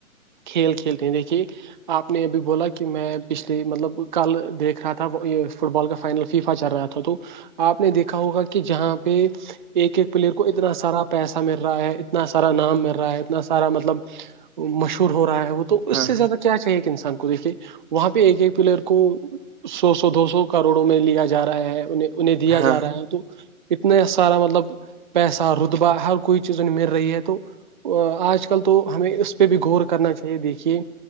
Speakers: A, on the right; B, on the right.
A: کھیل کھیلتے ہیں دیکھیے آپ نے یہبھی بولا کہ میں پچھلیے مطلب کل دیکھ رہا تھا یہ فٹ بال کا فائنل اسیفا چل رہا تھا تو آپ نے دیکھا ہوگا کہ جہاں پہ ایک ایک پلیئر کو اتنا سارا پیسہ مل رہا ہے اتنا سارا نام مل رہا ہے اتنا سارا مطلب مشہور ہو رہا ہے وہ تو
B: ہاں
A: اس سے
B: ہاں
A: زیادہ کیا چاہیے کہ انسان کو دیکھیے وہاں پہ ایک ایک پلیئر کو سو سو دو سو کروڑوں میں لیا جا رہا ہے انہیں انہیں دیا
B: ہاں
A: جا
B: ہاں
A: رہا ہے تو اتنا سارا مطلب پیسہ ر بار ہر کوئی چیزیں مل رہی ہے تو آج کل تو ہمیں اس پہ بھی غور کرنا چاہیے دیکھیے